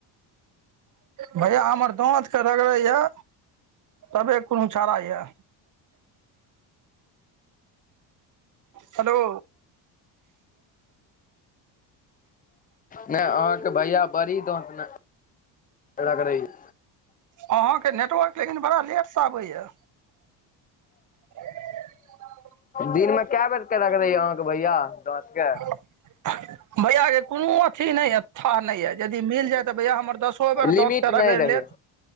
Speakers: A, on the right; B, on the left.
A: भैया हमर दांत के रगड़े या। तबे कोनो छारा यऽ। हेलो।
B: नहि अहाँके भैया बड़ी दाँत रगरैया।
A: अहाँके नेटवर्क लेकिन बड़ा लेटसँ आबैए। <inaudible>
B: दिनमे कए बेर रगरैय रहैय अहाँके भैया दाँत के।
A: भैया के कोनो अथी नई है। थाह नहि यऽ यदि मिल जाय तऽ भैया हमर दसो बेर
B: लिमिट
A: दाँतके
B: नहि
A: रगड़ि
B: रहैये
A: लेत।